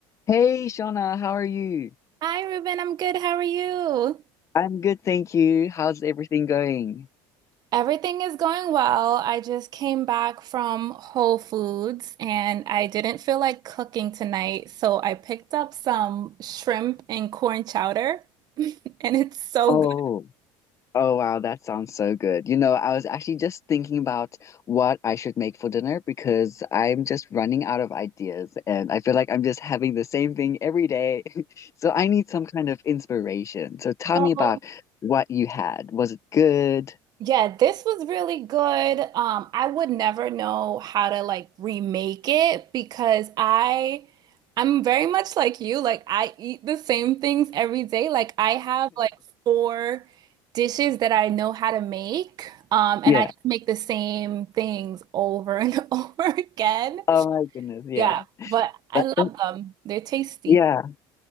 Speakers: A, on the left; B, on the right.
A: Hey, Shauna, how are you?
B: Hi, Ruben. I'm good. How are you?
A: I'm good, thank you. How's everything going?
B: Everything is going well. I just came back from Whole Foods and I didn't feel like cooking tonight, so I picked up some shrimp and corn chowder, <laughs> and it's so
A: Oh,
B: good.
A: oh wow, that sounds so good. You know, I was actually just thinking about what I should make for dinner because I'm just running out of ideas and I feel like I'm just having the same thing every day. <laughs> So I need some kind of inspiration. So tell
B: Oh.
A: me about what you had. Was it good?
B: Yeah, this was really good. Um, I would never know how to like remake it because I I'm very much like you. Like I eat the same things every day. Like I have like four dishes that I know how to make. Um, and
A: Yeah.
B: I just make the same things over and <laughs> over again.
A: Oh my goodness, yeah.
B: Yeah, but I
A: But
B: love
A: that,
B: them. They're tasty.
A: yeah.